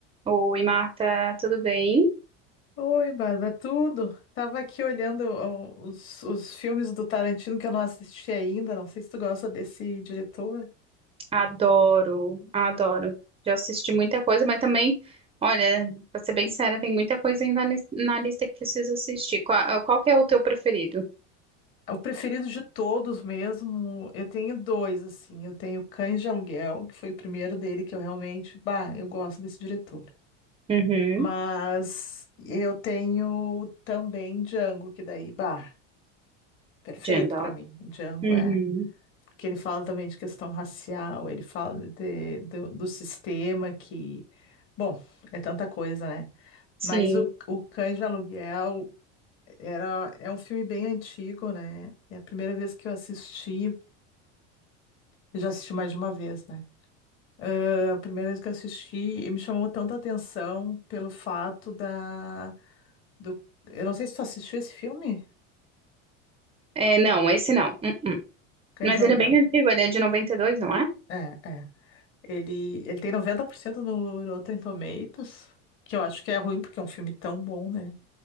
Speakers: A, on the right (about 15°); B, on the left (about 35°).
A: Oi, Marta, tudo bem?
B: Oi, Bárbara, tudo? Tava aqui olhando ó, os, os filmes do Tarantino que eu não assisti ainda. Não sei se tu gosta desse diretor.
A: Adoro, adoro. Já assisti muita coisa, mas também, olha, pra ser bem séria, tem muita coisa ainda na lis- na lista que preciso assistir. Qual, qual que é o teu preferido?
B: É O preferido de todos mesmo. Eu tenho dois, assim. Eu tenho Cães de Aluguel, que foi o primeiro dele que eu realmente, bah, eu gosto desse diretor.
A: Uhum,
B: Mas eu tenho também Django, que daí, bah, perfeito
A: Jane da
B: pra
A: hora.
B: mim. Django
A: Uhum,
B: é que ele fala também de questão racial, ele fala de- do, do sistema que, bom, é tanta coisa, né?
A: sim.
B: Mas o, o Cães de Aluguel era, é um filme bem antigo, né? É a primeira vez que eu assisti, eu já assisti mais de uma vez, né? Ah, a primeira vez que eu assisti, e me chamou tanta atenção pelo fato da, do, eu não sei se tu assistiu esse filme,
A: É, não, esse não. Uh-uh.
B: Cães
A: Mas
B: de Aluguel.
A: ele é bem antigo, ele é de 92, não é?
B: É, é. Ele, ele tem 90% no Rotten Tomatoes, que eu acho que é ruim porque é um filme tão bom, né?